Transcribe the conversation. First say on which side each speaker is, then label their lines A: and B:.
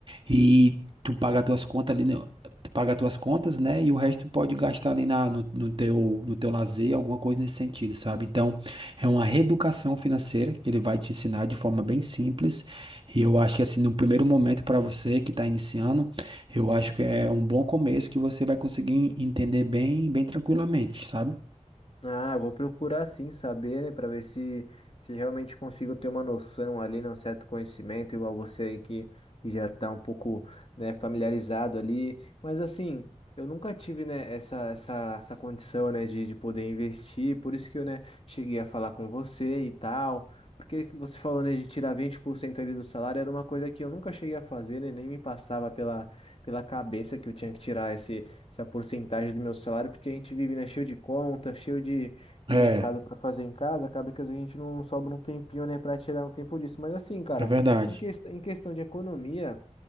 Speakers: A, on the right; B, on the left.
A: e tu paga as tuas contas ali, né, tu paga as tuas contas, né, e o resto tu pode gastar ali na, no, no teu, no teu lazer, alguma coisa nesse sentido, sabe? Então, é uma reeducação financeira que ele vai te ensinar de forma bem simples e eu acho que assim, no primeiro momento para você que está iniciando, eu acho que é um bom começo que você vai conseguir entender bem, bem tranquilamente, sabe?
B: Ah, eu vou procurar sim saber, né, para ver se se realmente consigo ter uma noção ali, né, um certo conhecimento igual você aí que, que já está um pouco, né, familiarizado ali, mas assim, eu nunca tive, né, essa essa essa condição, né, de, de poder investir, por isso que eu, né, cheguei a falar com você e tal. Porque que você falou, né, de tirar 20% ali do salário era uma coisa que eu nunca cheguei a fazer, né, nem me passava pela, pela cabeça que eu tinha que tirar essa porcentagem do meu salário, porque a gente vive, né, cheio de conta, cheio de, de
A: É,
B: mercado para fazer em casa, acaba que às vezes a gente não sobra um tempinho, né, para tirar um tempo disso. Mas assim, cara,
A: é verdade.
B: em, quest- em questão de economia.